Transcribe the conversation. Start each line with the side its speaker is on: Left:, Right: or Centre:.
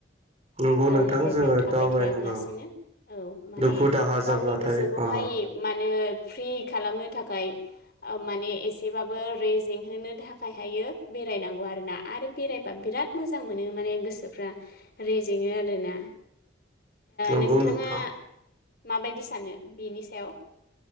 Right: नंगौ
Left: गावनि
Right: नोंथां
Left: जायगायाव
Right: जोङो
Left: थाबाय
Right: दावबायनांगौ
Left: थायालासिनो औ माने
Right: दुखु दाहा
Left: गावनि
Right: जाब्लाथाय
Left: गोसोखौहाय
Right: अ
Left: माने। फ्रि खालामनो थाखाय माने एसेबाबो रेजें होनो थाखायहायो बेरायनांगौ आरोना आरो बेरायबा बिराद मोजां मोनो माने गोसोफ्रा जोङो आरोना
Right: नंगौ
Left: नोंथाङा
Right: नोंथां
Left: माबायदि सानो। बिनि सायाव?